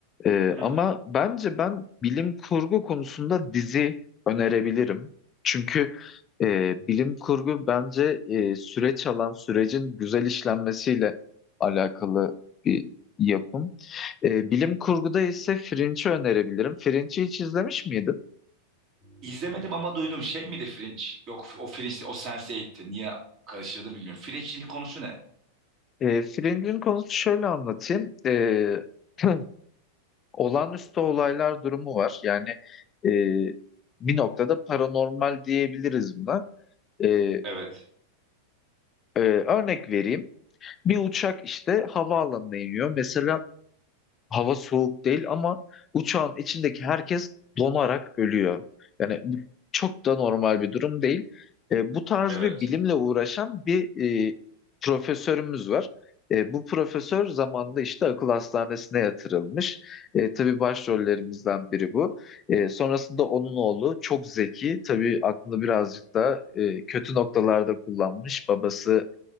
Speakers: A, on the left (about 25°); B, on the right (about 35°).
A: Ee,
B: Hı hı.
A: ama bence ben bilim kurgu konusunda dizi önerebilirim. Çünkü e, bilim kurgu bence e, süreç alan sürecin güzel işlenmesiyle alakalı bir yapım. E, bilim kurguda ise Fringe'i önerebilirim. Fringe'i hiç izlemiş miydin?
B: İzlemedim ama duydum şey miydi Fringe? Yok o Fringe o Sense8'ti. Niye karıştırdım bilmiyorum. Fringe'in konusu ne?
A: E, Fringe'in konusu şöyle anlatayım. E, <clears throat> olağanüstü olaylar durumu var. Yani e, bir noktada paranormal diyebiliriz buna. Ee,
B: Evet.
A: e, örnek vereyim. Bir uçak işte havaalanına iniyor. Mesela hava soğuk değil ama uçağın içindeki herkes donarak ölüyor. Yani bu çok da normal bir durum değil. Ee, bu tarz
B: Evet.
A: bir bilimle uğraşan bir e, profesörümüz var. E, bu profesör zamanında işte akıl hastanesine yatırılmış. E, tabii başrollerimizden biri bu. E, sonrasında onun oğlu çok zeki. Tabii aklını birazcık da e, kötü noktalarda kullanmış. Babası